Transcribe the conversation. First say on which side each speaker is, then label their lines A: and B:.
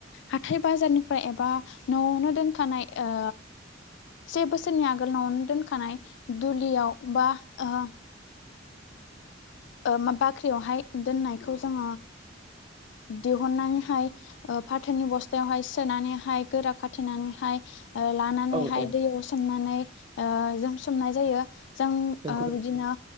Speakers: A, on the left; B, on the right.
A: हाथाय बाजारनिफ्राय एबा न'आवनो दोनखानाय ओ से बोसोरनि आगोल न'आवनो दोनखानाय दुलियाव बा ओ ओ बाख्रियावहाय दोननायखौ जोङो दिहुननानैहाय फाथोननि बस्थायावहाय सोनानैहाय गोरा खाथेनानैहाय ओ लानानैहाय
B: औ औ
A: दैयाव सोमनानै ओ जों सोमनाय जायो। जों
B: नंगौ
A: आ
B: नोंथां
A: बिदिनो